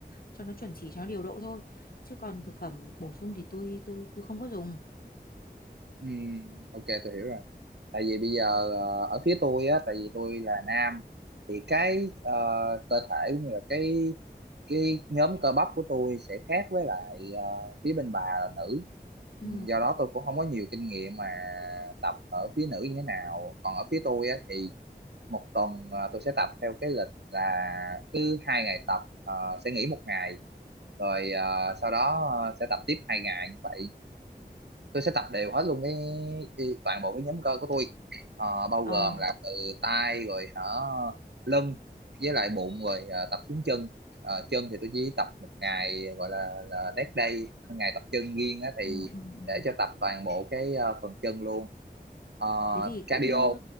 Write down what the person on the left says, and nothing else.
cho nó chuẩn chỉ cho nó điều độ thôi chứ còn thực phẩm bổ sung thì tôi tôi tôi không có dùng
ừ
ờ
ừ, ừ, ừ.
thế thì
cũng